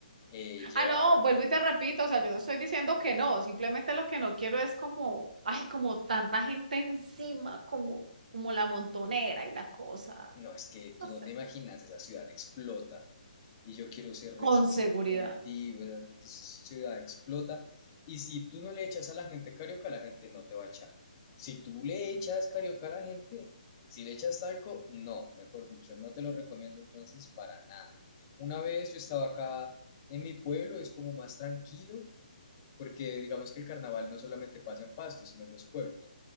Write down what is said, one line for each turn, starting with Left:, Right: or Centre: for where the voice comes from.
Left: eh, llevar
Right: Ah, no, vuelvo y te repito, o sea, yo no estoy diciendo que no, simplemente lo que no quiero es como, ay, como tanta gente encima, como, como la montonera y la cosa,
Left: No, es que tú
Right: no sé,
Left: no te imaginas, esa ciudad explota. Y yo quiero ser
Right: con
Left: re sincero
Right: seguridad,
Left: contigo, esa esa ciudad explota. Y si tú no le echas a la gente carioca, la gente no te va a echar. Si tú le echas carioca a la gente, si le echas talco, no, mejor dicho, no te lo recomiendo entonces para nada. Una vez yo estaba acá en mi pueblo, es como más tranquilo, porque digamos que el carnaval no solamente pasa en Pasto, sino en los pueblos.